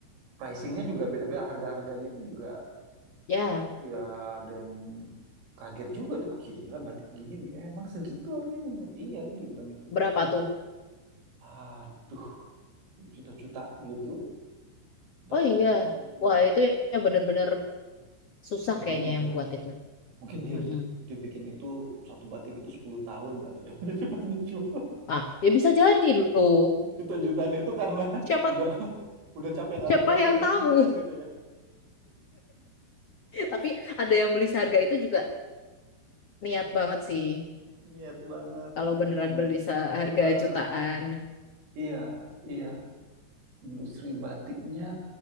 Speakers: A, on the right; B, on the left.
A: pricingnya juga beda-beda, harga-harganya itu juga
B: ya,
A: ya ada yang kaget juga, Duh, gila batik gini emang segitu harganya bang? Iya, dia bilang itu.
B: berapa tuh?
A: Aduh, juta-juta gitu dan
B: Oh iya, wah
A: ya
B: itu ya bener-bener susah
A: premium
B: kayaknya yang
A: ya.
B: buat itu.
A: Mungkin dia
B: Hmm,
A: dia bikin itu satu batik itu 10 tahun kali ya. <laughs> Jadi pasti jual
B: ah, ya bisa jadi loh.
A: juta-jutaan itu karena
B: Siapa
A: udah udah capek nggak
B: siapa
A: laku-laku
B: yang
A: dari
B: tahu?
A: kemarin gitu ya.
B: <laughs> Tapi ada yang beli seharga itu juga niat banget sih.
A: Niat banget,
B: Kalau
A: niat
B: beneran
A: banget.
B: beli seharga
A: Eh,
B: jutaan,
A: iya, iya. Industri batiknya,